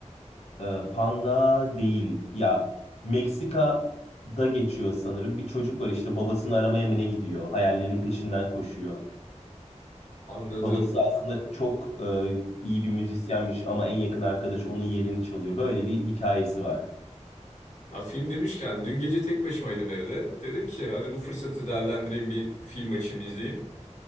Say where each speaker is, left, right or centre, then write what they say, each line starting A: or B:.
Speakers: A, on the left; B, on the left.
A: Ee, panda değil. Ya Meksika'da geçiyor sanırım. Bir çocuk var işte babasını aramaya mı ne gidiyor? Hayallerinin peşinden koşuyor.
B: Anladım.
A: Babası aslında çok e, iyi bir müzisyenmiş ama en yakın arkadaşı onun yerini çalıyor. Böyle bir hikayesi var.
B: Ya film demişken dün gece tek başımaydım evde. Dedim ki hadi bu fırsatı değerlendireyim bir film açayım izleyeyim.